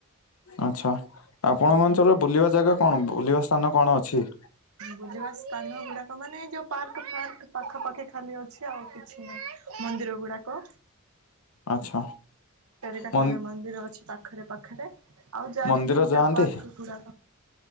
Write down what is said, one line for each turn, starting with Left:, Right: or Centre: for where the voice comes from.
Left: ଆଛା ଆପଣଙ୍କ
Right: ଆଜ୍ଞା।
Left: ଅଞ୍ଚଳରେ ବୁଲିବା ଜାଗା କଣ ବୁଲିବା ସ୍ଥାନ କଣ ଅଛି।
Right: ବୁଲିବା ସ୍ଥାନ ଗୁଡାକ ମାନେ ଏଇ ଯୋଉ ପାର୍କ ଫାର୍କ ପାଖା ପାଖି ଖାଲି ଅଛି ଆଉ କିଛି ନାହିଁ। ମନ୍ଦିର ଗୁଡ଼ାକ
Left: ଆଚ୍ଛା
Right: ଏଟା
Left: ମନ୍
Right: ଖଣ୍ଡେ ମନ୍ଦିର ଅଛି ପାଖରେ ପାଖରେ ଆଉ ଯା
Left: ମନ୍ଦିର
Right: ଦି ତିନିଟା
Left: ଯାଆନ୍ତି
Right: ପାର୍କଗୁଡା।